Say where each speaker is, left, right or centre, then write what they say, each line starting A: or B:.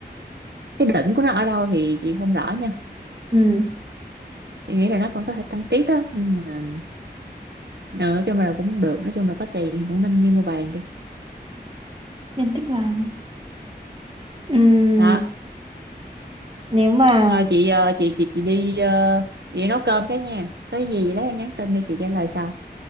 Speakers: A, on the right; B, on the right.
A: cái đỉnh của nó ở đâu thì chị không rõ nha
B: ừ
A: chị nghĩ là nó còn có thể tăng tiếp đó nhưng mà nói chung là cũng được nói chung là có tiền thì cũng nên đi mua vàng đi
B: nên tích vàng không? ừ
A: đó
B: nếu mà
A: thôi chị ờ, chị chị chị đi ờ, chị đi nấu cơm cái nha có gì lấy em nhắn tin đi chị trả lời sau